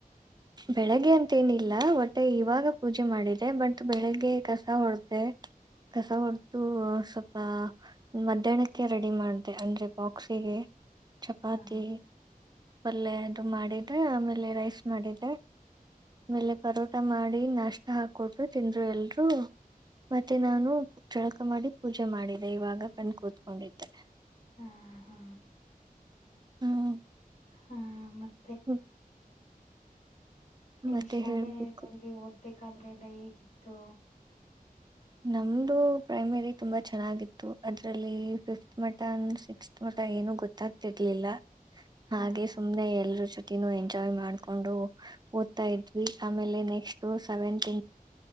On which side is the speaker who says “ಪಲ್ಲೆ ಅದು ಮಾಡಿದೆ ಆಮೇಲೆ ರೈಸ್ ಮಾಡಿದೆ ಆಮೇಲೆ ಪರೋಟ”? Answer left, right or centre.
Right